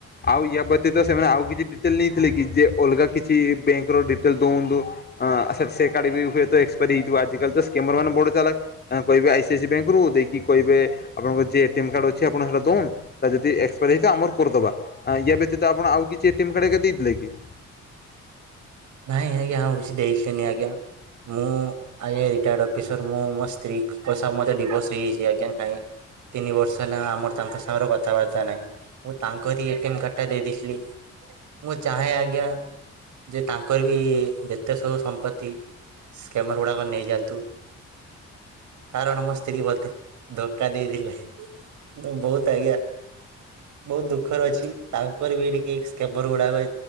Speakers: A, on the left; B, on the right.
A: ଆଉ ୟା ବ୍ୟତୀତ ସେମାନେ ଆଉ କିଛି ଦି ତିଲ୍ ନେଇଥିଲେ କି ଯେ ଅଲଗା କିଛି ବ୍ୟାଙ୍କ ର ଡିଟେଲ ଦଉନ୍ଦୁ ଆସେସେ ଏକାଡେମି ହୁଏତ ଏକ୍ସପାରି ହେଇଥିବ ଆଜିକାଲି ତ ସ୍କେମର ମାନେ ବଡ ଚାଲାକ୍। ଆଁ କହିବେ ଆଇ ସି ଆଇ ସି ବ୍ୟାଙ୍କରୁ ଦେଇକି କହିବେ ଆପଣଙ୍କ ଯେ ଏଟିଏମ୍ କାଡ୍‌ ଅଛି ଆପଣ ହେଟା ଦୋଉନ୍‌ ତା ଯଦି ଏକ୍ସପାର ହେଇଥିବ ଆମର କରିଦେବା ୟା ବ୍ୟତୀତ ଆପଣ ଆଉ କିଛି ଏଟିଏମ୍ କାର୍ଡ ଏକା ଦେଇଥିଲେ କି?
B: ନାଇଁ ଆଜ୍ଞା ଆଉ କିଛି ଦେଇଥିନି ଆଜ୍ଞା ମୁଁ ଆଜ୍ଞା ରିଟାୟାର୍ଡ ଅଫିସର ମୁଁ ମୋ ସ୍ତ୍ରୀ ଙ୍କ ସହ ମୋର ଡିଭୋର୍ସ ହେଇଯାଇଛି ଆଜ୍ଞା କାଇଁ ତିନି ବର୍ଷ ହେଲା ଆମର ତାଙ୍କ ସାଙ୍ଗରେ କଥାବାର୍ତ୍ତା ନାଇ। ମୁଁ ତାଙ୍କରି ଏଟି ଏମ୍ କାର୍ଡ ଟା ଦେଇ ଦେଇଥିଲି ମୁଁ ଚାହେଁ ଆଜ୍ଞା ଯେ ତାଙ୍କର ବି ଯେତେ ସବୁ ସମ୍ପତ୍ତି ସ୍କେମର ଗୁଡାକ ନେଇଯାଆନ୍ତୁ। କାରଣ ମୋ ସ୍ତ୍ରୀ ମୋତେ ଧୋକା ଦେଇଦେଲେ। ମୁଁ ବୋହୁତ ଆଜ୍ଞା ବହୁତ ଦୁଃଖର ଅଛି ତାଙ୍କର ବି ଟିକେ ସ୍କାମର ଗୁଡାକ